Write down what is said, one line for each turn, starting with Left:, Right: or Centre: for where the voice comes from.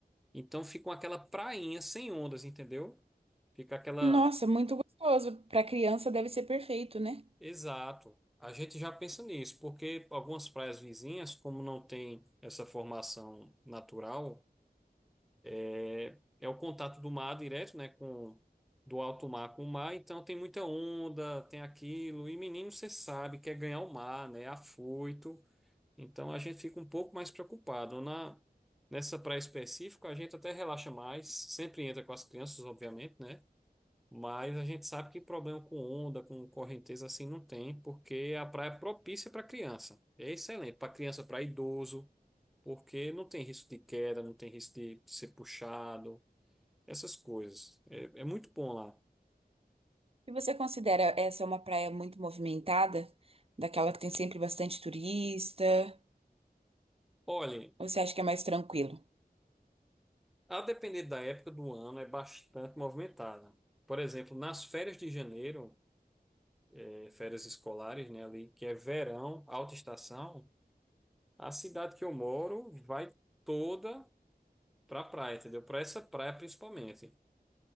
Centre: então fica aquela prainha sem ondas, entendeu? Fica aquela.
Right: Nossa, muito gostoso. Para criança deve ser perfeito, né?
Centre: Exato. A gente já pensa nisso, porque algumas praias vizinhas, como não tem essa formação natural, é é o contato do mar direto, né, com do alto mar com o mar, então tem muita onda, tem aquilo, e menino você sabe quer ganhar o mar, né, é afoito. Então a gente fica um pouco mais preocupado na nessa praia específica, a gente até relaxa mais, sempre entra com as crianças, obviamente, né? Mas a gente sabe que problema com onda, com correnteza assim não tem, porque a praia é propícia para criança. É excelente para criança, para idoso, porque não tem risco de queda, não tem risco de ser puxado, essas coisas. É, é muito bom lá.
Right: E você considera essa uma praia muito movimentada? Daquela que tem sempre bastante turista?
Centre: Olhem,
Right: Ou você acha que é mais tranquilo?
Centre: a depender da época do ano, é bastante movimentada. Por exemplo, nas férias de janeiro, eh, férias escolares, né, ali, que é verão, alta estação, a cidade que eu moro vai toda para a praia, entendeu? Para essa praia principalmente.